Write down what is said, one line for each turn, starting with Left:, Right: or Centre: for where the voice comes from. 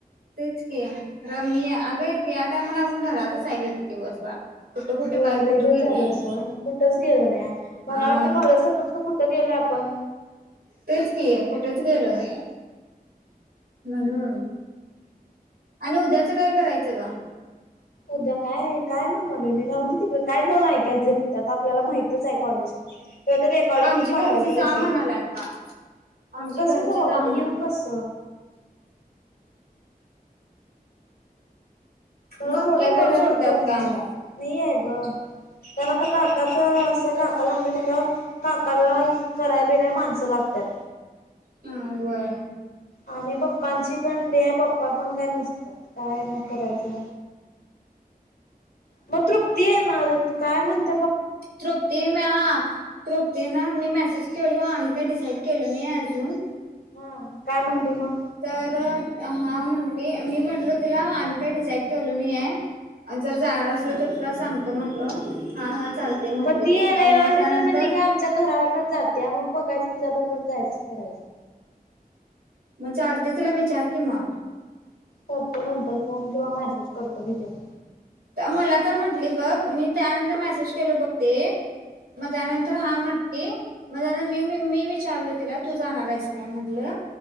Right: तेच की खर मी. अगं या टायमाला आपण घरातच आहे किती दिवस बाळ. कुठं कुठं
Left: होय
Right: काय
Left: लैधच
Right: कुठं गेले
Left: झालं
Right: हा
Left: सोड. कुठंच गेलो नाही. मला वाटते
Right: मग
Left: कॉलेज सपल्यापासून कुठं गेलोय आपण.
Right: तेच कि. कुठेच गेलो नाही आहे. म्हणून. आणि उद्याच काय करायचं. सगळा.
Left: उद्या काय-काय म्हणालोय मी राहूनदे तिकड काय जाऊन ऐकायच हाय तिथे आता. आपल्याला माहितच आहे कॉलेज. तुला ते रेकॉर्डिंग
Right: आमची
Left: एक पाठवायचं
Right: घरची जा
Left: विसरलं
Right: म्हणाल्यात बाळ आमची
Left: कस
Right: घरची
Left: जाऊ.
Right: जा
Left: अग मी येऊ कस. मला
Right: बघ
Left: सोडा-भीडाय
Right: की सोडत्यात
Left: पण कोण नाही
Right: काय
Left: आहेत. नाही आहेत. ग तर आता का काका च असं काकाला म्हणलो बिनलो. काकाला कराय-बिराय माणसं लागतात.
Right: हा व्हाय.
Left: आणि पप्पांची. पण डे आहे. पप्पा पण काय नसतात. काय मग करायचं. मग तृप्ती येणार होती काय म्हणती.
Right: तृप्ती मी, हा. तृप्ती ना मी मेसेज. केलो आम्ही का डिसाईड केलो नाही अजून.
Left: हा काय म्हणते मग
Right: तर. हा म्हटली. मी म्हटलो तिला. आम्ही काय डिसाईड केलो नाहीय. जर जाणार
Left: ह
Right: असलो तर तुला सांगतो म्हटलो. म्हणलो हा हा. चालते म्हटली
Left: मग ती येणार
Right: आणि
Left: असली
Right: त्यानंतर
Left: तर. मग ती का आमच्या घरावरनच जात्या मग बघायचं तिच्याबरोबर जायच असं करायचं.
Right: मग चालतंय. तिला विचार की मग.
Left: करतो नंतर फोन किंवा मेसेज करतो. मी तिला.
Right: मला तर म्हंटली बघ. मी त्यानंतर मेसेज केलो बघ ते. मग त्यानंतर हा म्हंटली. मग त्यानंतर मी मी मी विचारलो तिला तू जाणार आहेस काय म्हटलं?